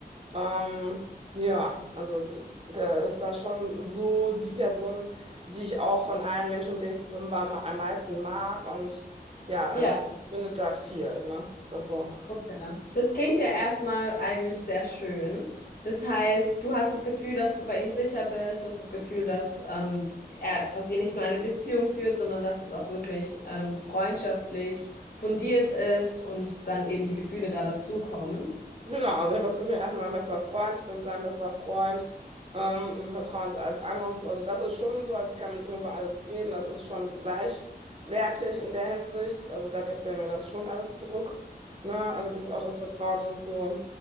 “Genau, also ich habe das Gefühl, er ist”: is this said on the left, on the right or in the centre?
Right